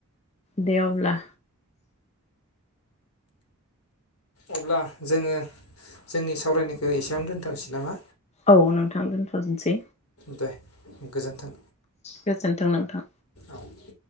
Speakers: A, on the left (about 30°); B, on the left (about 75°).
A: दे अब्ला
B: अब्ला जोङो जोंनि सावरायनायखौ एसेयावनो दोनथनोसै नामा
A: औ नोंथां दोनथ'नोसै
B: दे गोजोन्थों
A: गोजोन्थों नोंथां
B: औ